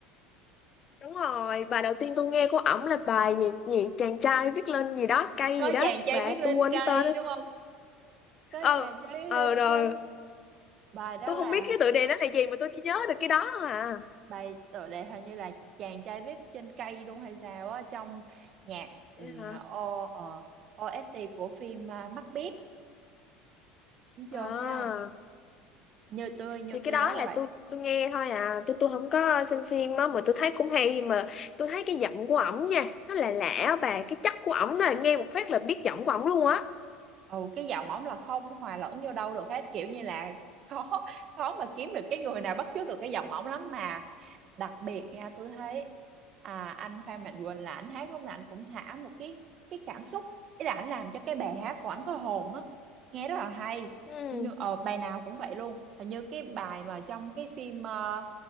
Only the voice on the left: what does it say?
đúng rồi bài đầu tiên tôi nghe của ổng là bài gì gì chàng trai viết lên gì đó cây
gì đó
bà
tôi quên
cái tên đó.
ờ
ừ,
ờ
ừ, rồi
tôi
không biết cái tựa đề nó là gì mà tôi chỉ nhớ được cái đó thôi à
Vậy hả
à,
thì
cái đó
là
tôi tôi nghe thôi à tôi tôi không có xem phim á mà tôi thấy cũng hay mà tôi thấy cái giọng của ổng nha nó là lạ á bà cái chất của ổng là nghe một phát là biết giọng của ổng luôn á
ừ